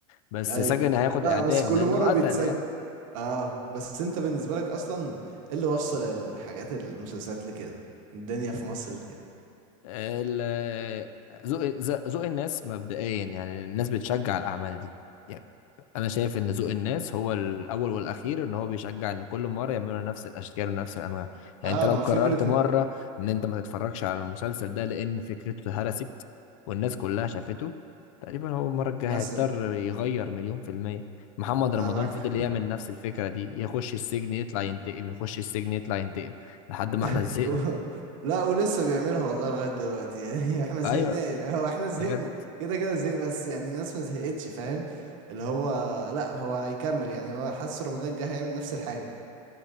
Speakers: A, on the left (about 70°); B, on the right (about 70°).
A: بس
B: ايوه
A: سجن هياخد
B: لا
A: اعدام
B: بس كل
A: لانه
B: مرة
A: قتل
B: بيتسجل
A: يعني
B: اه بس انت بالنسبة لك اصلا ايه اللي وصل الحاجات المسلسلات لكده الدنيا في مصر كده
A: ال- ذوق ذ- ذوق الناس مبدئيا يعني الناس بتشجع الأعمال دي يعني أنا شايف إن ذوق الناس هو الأول والأخير إن هو بيشجع إن كل مرة يعملوا نفس الأشكال ونفس الأنواع يعني
B: اه
A: أنت لو
B: ما
A: قررت
B: فكرة
A: مرة
B: ان
A: إن أنت ما تتفرجش على المسلسل ده لأن فكرته هرست والناس كلها شافته تقريبا هو المرة الجاية
B: مثلا
A: هيضطر يغير مليون في المية محمد رمضان
B: انا معاك
A: فضل
B: حق.
A: يعمل نفس الفكرة دي يخش السجن يطلع ينتقم يخش السجن يطلع ينتقم لحد ما احنا
B: <laughs>
A: زهقنا
B: و- لا ولسه بيعملها والله لغاية دلوقتي يعني <laughs> احنا ما زهقناش
A: أيوه
B: هو احنا زهقنا
A: بجد
B: كده كده زهقنا بس يعني الناس ما زهقتش فاهم اللي هو لا هو هيكمل يعني هو حاسس رمضان جه هيعمل نفس الحاجة